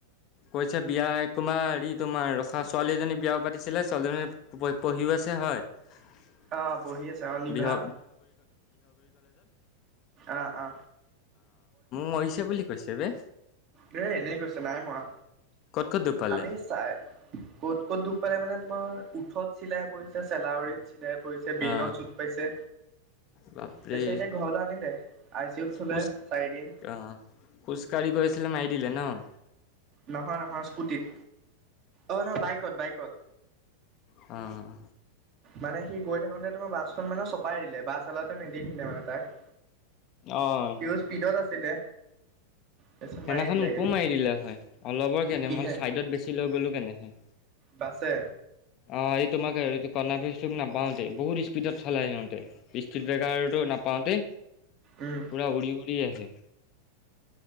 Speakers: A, on the left; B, on the right.
A: কৈছে বিয়া <unintelligible> হেৰি তোমাৰ, ৰখা ছোৱালী এজনী বিয়াও পাতিছিলে ছোৱালীজনী পঢি-পঢ়িও আছে, হয়। <unintelligible>
B: অ পঢ়ি আছে নিভা
A: অ', মোক
B: অ অ
A: মৰিছে বুলি কৈছে বে
B: হেই এনেই কৈছে, নাই মৰা
A: ক'ত ক'ত দুখ পালে
B: আমি চাই ক'ত-ক'ত দুখ পালে মানে তোমাৰ উঠত চিলাই পৰিছে, চেলাউৰিত চিলাই পৰিছে, ব্ৰেইনত
A: অ'
B: চুত পাইছে,
A: বাপৰে
B: তাৰপিছত এতিয়া ঘৰলৈ আনিলে? আই চি ইউত থ'লে
A: খোজ
B: চাৰিদিন।
A: অ', খোজকাঢ়ি গৈ আছিলে, মাৰি দিলে নহ?
B: নহয়, নহয়, স্কুটিত। অ', নহয় বাইকত, বাইকত
A: অ'।
B: মানে সি গৈ থাকোতে তোমাৰ বাছখন মানে চপাই দিলে, বাছ <unintelligible> নেদেখিলে মানে তাক
A: অ'।
B: সিও স্পীডত আছিলে তাৰপিছত
A: সেইদিনাখন
B: মাৰি দিলেগে
A: মোকো মাৰি দিলে হয়, অলপৰ কেনে
B: কিহে
A: ছাইডত বেছি লৈ গ'লো কেনেহে।
B: বাছে?
A: অ', এই তোমাক <unintelligible> চুক নাপাওঁতে, বহুত স্পীডত চলাই সিহঁতে। <unintelligible> বেগাৰটো নাপাওঁতে,
B: উম
A: পুৰা উৰি উৰি আহে।